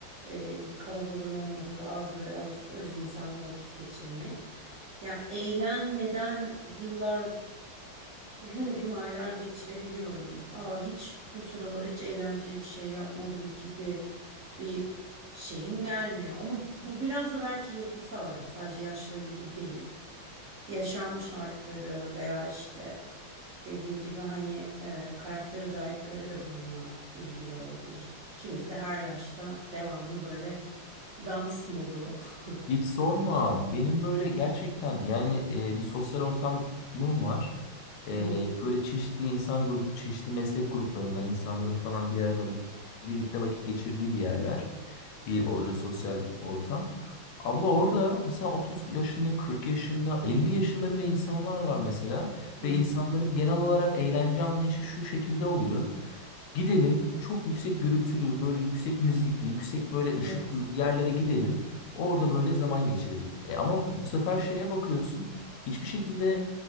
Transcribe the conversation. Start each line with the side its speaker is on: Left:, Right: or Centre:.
Right: e, kalabalığın olmadığı az ve az öz insanla vakit geçirmek. Ya eğlenmeden yıllar Uzun uzun aylar geçirebiliyorum. Aa, hiç bu sıralar hiç eğlenceli bir şey yapmadım gibi bir şeyim gelmiyor. Ama bu biraz da belki yapısal yani sadece yaşla ilgili değil. Yaşam şartları veya işte dediğim gibi hani e, karakter özellikleri de bununla ilgili olabilir. Kimisi her yaşta devamlı böyle dans modu. <laughs>
Left: Hiç sorma. Benim böyle gerçekten yani e, bir sosyal ortamım var. Ee,
Right: Hı hı.
Left: böyle çeşitli insan grup, çeşitli meslek gruplarından insanların falan bir arada birlikte vakit geçirdiği bir yerler, bir o- e, sosyal ortam. Abla orada mesela 30 yaşında, 40 yaşında, 50 yaşında bile insanlar var mesela
Right: Hı
Left: ve
Right: hı.
Left: insanların genel olarak eğlence anlayışı şu şekilde oluyor. Gidelim çok yüksek gürültülü, böyle yüksek müzikli, yüksek böyle
Right: Evet.
Left: ışıklı yerlere gidelim. Orada böyle zaman geçirelim. E ama bu sefer şeye bakıyorsun. Hiçbir şekilde